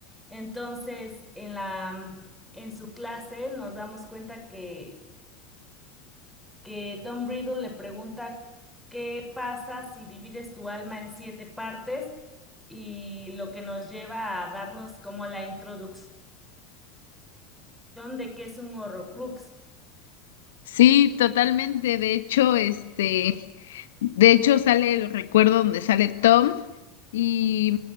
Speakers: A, in the centre; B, on the left (about 65°).
A: Entonces, en la en su clase nos damos cuenta que que Tom Riddle le pregunta qué pasa si divides tu alma en siete partes y lo que nos lleva a darnos como la introducción de qué es un Horrocrux.
B: Sí, totalmente. De hecho, este. De hecho, sale el recuerdo donde sale Tom y,